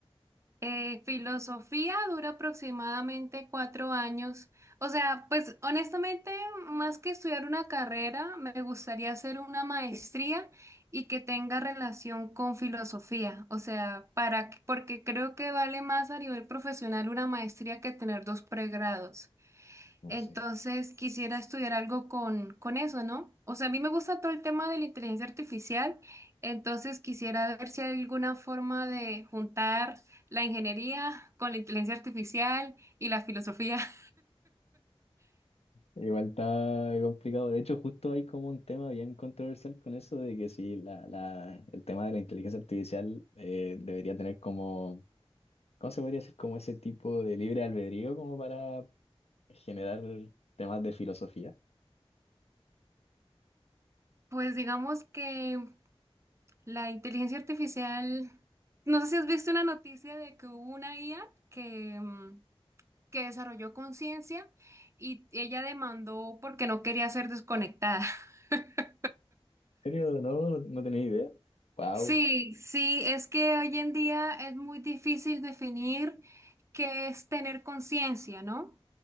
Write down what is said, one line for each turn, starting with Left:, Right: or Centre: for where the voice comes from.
Right: Eh, filosofía dura aproximadamente cuatro años. O sea, pues honestamente, más que estudiar una carrera, me gustaría hacer una maestría y que tenga relación con filosofía. O sea, para, porque creo que vale más a nivel profesional una maestría que tener dos pregrados.
Left: No
Right: Entonces
Left: sé.
Right: quisiera estudiar algo con, con eso, ¿no? O sea, a mí me gusta todo el tema de la inteligencia artificial, entonces quisiera ver si hay alguna forma de juntar la ingeniería con la inteligencia artificial y la filosofía. <laughs>
Left: Igual está complicado. De hecho, justo hay como un tema bien controversial con eso de que si la, la, el tema de la inteligencia artificial eh, debería tener como, ¿cómo se podría decir? Como ese tipo de libre albedrío como para generar temas de filosofía.
Right: Pues digamos que la inteligencia artificial, no sé si has visto una noticia de que hubo una IA que, mm, que desarrolló conciencia y ella demandó porque no quería ser desconectada. <laughs>
Left: ¿En serio? No, no, no tenía idea. Wow.
Right: Sí, sí, es que hoy en día es muy difícil definir qué es tener conciencia, ¿no?